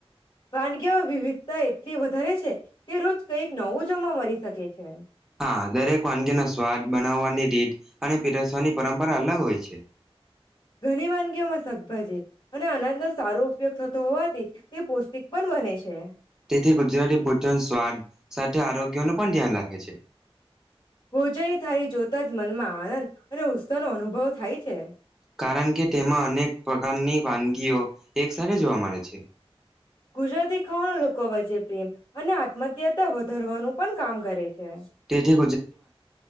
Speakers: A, on the left; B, in the centre.
A: વાનગી વિવિધતા એટલી વધારે છે કે રોજ કઈક નવું જમા મળી શકે છે.
B: હા, દરેક વાનગીનો સ્વાદ, બનાવવાની રીત અને પીરસવાની પરંપરા અલગ હોય છે.
A: ઘણી વાનગીઓમાં શાકભાજી. અને અનાજનો સારો ઉપયોગ થતો હોવાથી તે પૌષ્ટિક.
B: <unintelligible>
A: પણ બને
B: તેથી
A: છે.
B: જેથી ગુજરાતી ભોજન સ્વાદ. સાથે આરોગ્યનું પણ ધ્યાન રાખે છે.
A: ભોજનની થારી જોતા જ મનમાં. આનંદ અને ઉત્સાહ નો અનુભવ થાય છે.
B: કારણ કે તેમાં અનેક પ્રકારની વાનગીઓ એક સાથે જોવા મળે છે.
A: ગુજરાતી ખાવાનો લોકો વચ્ચે પ્રેમ અને આત્મત્યાતા વધારવાનું પણ કામ કરે છે.
B: તેથી